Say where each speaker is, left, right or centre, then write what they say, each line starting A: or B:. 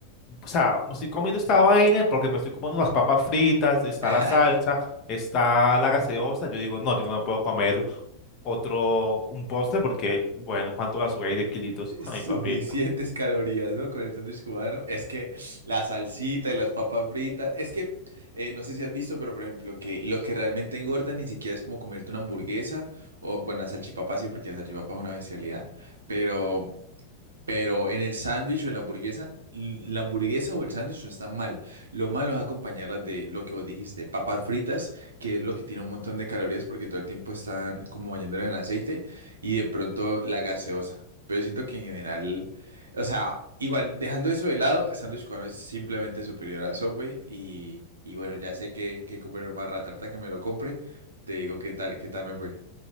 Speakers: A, on the left (about 35°); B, on the right (about 70°).
A: o sea, me estoy comiendo esta vaina porque me estoy comiendo las papas fritas, está
B: <laughs>
A: la salsa, está la gaseosa. Yo digo, no, yo no me puedo comer otro, un postre, porque, bueno, ¿cuánto va a subir de kilitos? <laughs> Ay,
B: Suficientes
A: papito.
B: calorías, ¿no? Con el sándwich cubano. Es que la salsita y las papas fritas. Es que eh, no sé si has visto, pero por ejemplo, que lo que realmente engorda ni siquiera es como comerte una hamburguesa o, bueno, la salchipapa sí, porque la salchipapa es una bestialidad. Pero. Pero en el sándwich o en la hamburguesa, l- la hamburguesa o el sándwich no están mal. Lo malo es acompañarlas de lo que vos dijiste, papas fritas, que es lo que tiene un montón de calorías porque todo el tiempo están como bañándola en aceite, y de pronto la gaseosa. Pero siento que en general, o sea, igual, dejando eso de lado, el sándwich cubano es simplemente superior a Subway y, y bueno, ya sé que, que comer más ratarta que me lo compre. Te digo qué tal, qué tal me fue.